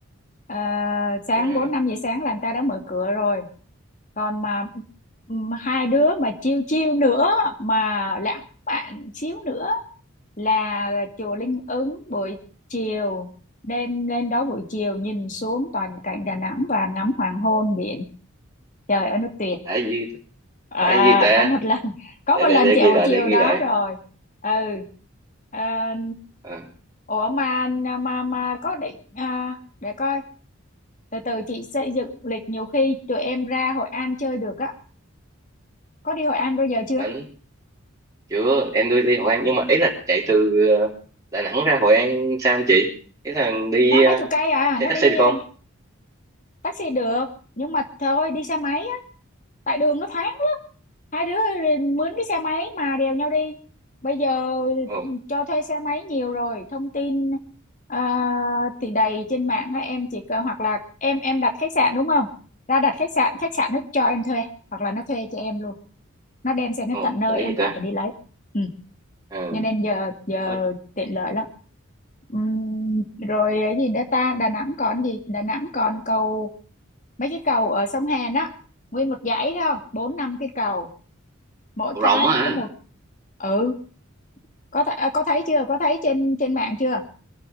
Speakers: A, on the left; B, on the right.
A: Ờ, sáng
B: Yeah.
A: bốn năm giờ sáng là người ta đã mở cửa rồi còn mà ừm, hai đứa mà chiêu chiêu nữa mà lãng mạn xíu nữa là chùa Linh Ứng buổi chiều nên lên đó buổi chiều nhìn xuống toàn cảnh Đà Nẵng và ngắm hoàng hôn biển trời ơi nó tuyệt
B: Đã gì
A: à
B: đã gì ta
A: có một lần có
B: để
A: một
B: để
A: lần
B: để
A: chị
B: ghi
A: ở buổi
B: lại
A: chiều
B: để ghi
A: đó
B: lại
A: rồi ừ à,
B: à,
A: ủa mà mà mà có định à, để coi từ từ chị xây dựng lịch nhiều khi tụi em ra Hội An chơi được á có đi Hội An bao giờ chưa
B: đến chưa em đi đi Hội An nhưng mà ý là chạy từ ờ, Đà Nẵng ra Hội An sao không chị ý là đi
A: nó mấy
B: ờ,
A: chục cây à
B: xe
A: nó
B: taxi
A: đi
B: được không
A: ờ, taxi được nhưng mà thôi đi xe máy tại đường nó thoáng lắm hai đứa rồi mướn cái xe máy mà đèo nhau đi bây giờ
B: ồ
A: cho thuê xe máy nhiều rồi thông tin à, thì đầy trên mạng á, em chỉ cần hoặc là em em đặt khách sạn đúng không ra đặt khách sạn khách sạn nó cho em thuê hoặc là nó thuê cho em luôn nó đem xe nó
B: ồ
A: tận nơi
B: tại
A: em
B: gì
A: khỏi
B: ta
A: phải đi lấy ừ.
B: Ờ,
A: cho nên giờ giờ
B: Ờ, rộng
A: tiện lợi lắm Ừm, rồi cái gì nữa ta Đà Nẵng còn gì Đà Nẵng còn cầu mấy cái cầu ở sông Hàn á nguyên một dãy thấy không bốn năm cái cầu mỗi cái
B: Rồng á
A: nó có
B: hả?
A: một ừ có th à, có thấy chưa có thấy trên trên mạng chưa